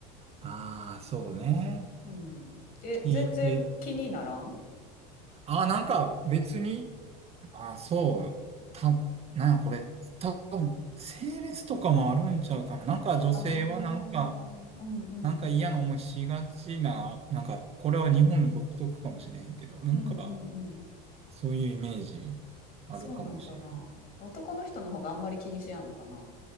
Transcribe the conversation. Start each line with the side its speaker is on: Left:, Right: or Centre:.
Right: ああ、そうね。
Left: うん。え、
Right: 聞いて。
Left: 全然気にならん
Right: ああ、なんか別に、あ、そう。た、なんやこれ、た多分、整列とかもあるんちゃうかな。なんか女性はなんか、
Left: ああ、うんうん。
Right: なんか嫌な思いしがちな、なんか、これは日本独特かもしれへんけど、なんか、
Left: うんうんうん。
Right: そういうイメージあるかもしれない。
Left: そうなんかな。男の人の方があんまり気にしやんのかな。